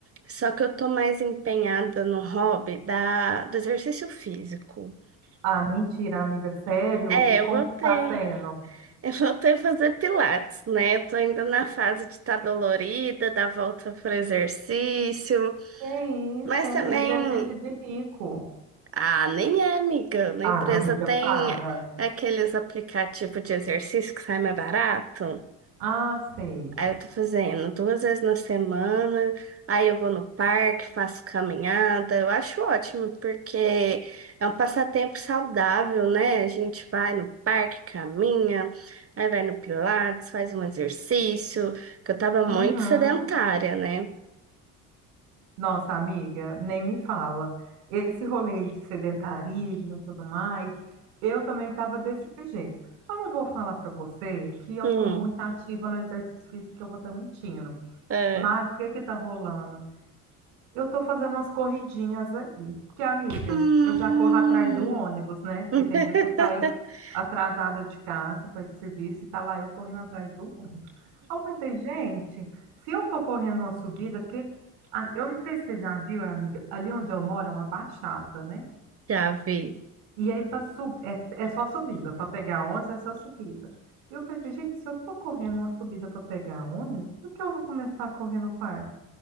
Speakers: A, on the right; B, on the right.
A: só que eu tô mais empenhada no hobby da, do exercício físico.
B: Ah, mentira, amiga, sério?
A: É,
B: E como
A: eu voltei.
B: que tá sendo?
A: Eu voltei a fazer pilates, né? Eu tô ainda na fase de estar dolorida, dar volta pro exercício,
B: Que é isso,
A: mas
B: hein?
A: também,
B: Exercício de rico.
A: ah, nem é, amiga. Na
B: Ah,
A: empresa
B: amiga,
A: tem
B: para.
A: aqueles aplicativos de exercício que sai mais barato.
B: Ah, sei.
A: Aí eu tô fazendo duas vezes na semana, aí eu vou no parque, faço caminhada. Eu acho ótimo, porque é um passatempo saudável, né? A gente vai no parque, caminha, aí vai no Pilates, faz um exercício, que eu tava muito
B: Uhum.
A: sedentária, né?
B: Nossa, amiga, nem me fala. Esse rolê de sedentarismo e tudo mais, eu também estava desse jeito. Eu não vou falar para você que eu
A: Hum.
B: estou muito ativa no exercício físico, que eu vou estar mentindo.
A: É.
B: Mas o que que tá rolando? Eu tô fazendo umas corridinhas aí. Porque, amiga,
A: Hum.
B: eu já corro atrás do ônibus, né? Porque
A: <laughs>
B: tem dia que eu saio atrasada de casa para ir pro serviço e tá lá eu correndo atrás do ônibus. Aí eu pensei, gente, se eu tô correndo uma subida, porque a- eu não sei se você já viu, amiga, ali onde eu moro é uma baixada, né?
A: Já vi.
B: E aí para sub... é, é só subida, para pegar ônibus é só subida. E eu pensei, gente, se eu tô correndo uma subida para pegar ônibus, por que eu não começar a correr no parque?